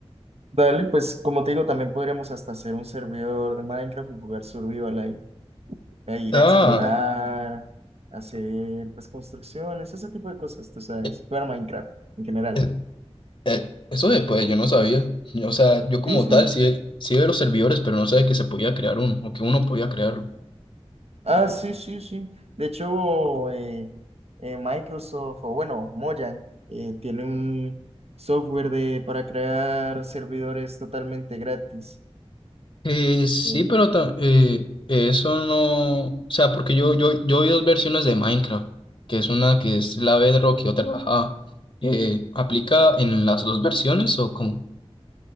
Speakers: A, on the right; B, on the left.
A: Dale, pues como te digo, también podríamos hasta hacer un servidor de Minecraft y jugar Survival ahí. a ir
B: Ah,
A: a explorar, hacer pues construcciones, ese tipo de cosas, tú sabes,
B: eh,
A: jugar Minecraft en general.
B: eh, eh, eso después yo no sabía. O sea, yo como
A: Sí, sí.
B: tal sí, sí veo los servidores, pero no sabía que se podía crear uno o que uno podía crearlo.
A: Ah, sí, sí, sí. De hecho, eh, eh, Microsoft, o bueno, Mojang, eh, tiene un software de, para crear servidores totalmente gratis.
B: Eh, sí,
A: ¿no?
B: pero ta- eh, eso no, o sea, porque yo, yo, yo vi dos versiones de Minecraft, que es una que es la Bedrock y otra la Java. Eh, ¿aplica en las dos versiones o cómo?